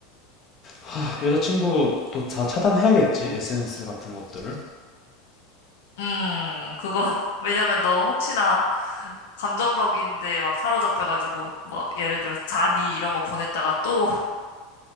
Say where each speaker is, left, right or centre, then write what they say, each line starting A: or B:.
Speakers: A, on the left; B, on the left.
A: 아, 여자친구 도 다 차단해야겠지? SNS 같은 것들을.
B: 음, 그거. <laughs> 왜냐면 너 혹시나 감정적인데 막 사로잡혀가지고 뭐 예를 들어 잔이 이런 거 보냈다가 또 <laughs>